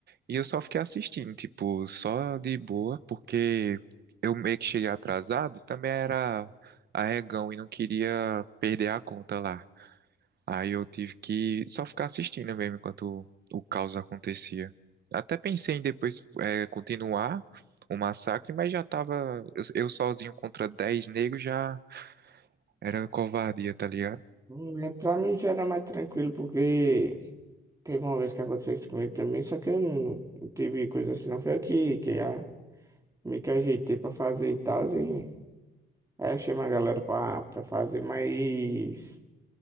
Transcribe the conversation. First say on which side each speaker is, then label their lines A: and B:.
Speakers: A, on the right; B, on the right.
A: E eu só fiquei assistindo, tipo, só de boa, porque eu meio que cheguei atrasado e também era arregão e não queria perder a conta lá. Aí eu tive que só ficar assistindo mesmo enquanto o caos acontecia. Até pensei em depois eh, continuar o massacre, mas já tava eu, eu sozinho contra 10 negros já era covardia, tá ligado?
B: Hum, né, Pra mim já era mais tranquilo, porque teve uma vez que aconteceu isso comigo também, só que eu não não tive coisa assim, não. Foi aqui que que a, meio que ajeitei pra fazer e tal. E aí achei uma galera pra, pra fazer, mas.